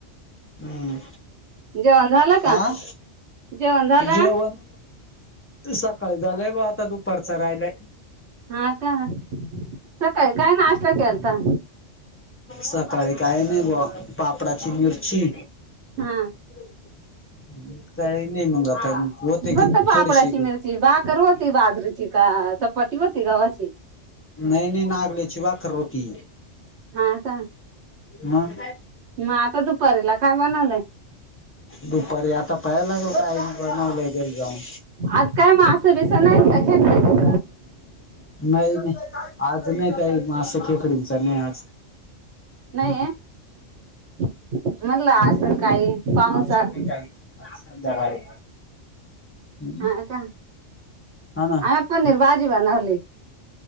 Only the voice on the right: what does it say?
जेवण झालं का
जेवण झालं
हा का? सकाळी काय नाष्टा केलता?
हा
फक्त
पापडाची
मिरची भाकर होती बाजरीची का चपाती होती गवाची?
हा का
मग आता दुपारीला काय बनवलं.
आज काय म मास-बिस नाहीत का घेतलं?
नाहीये. म्हणलं असन काही पावसात.
हा का?
आम्ही पनीर भाजी बनवली.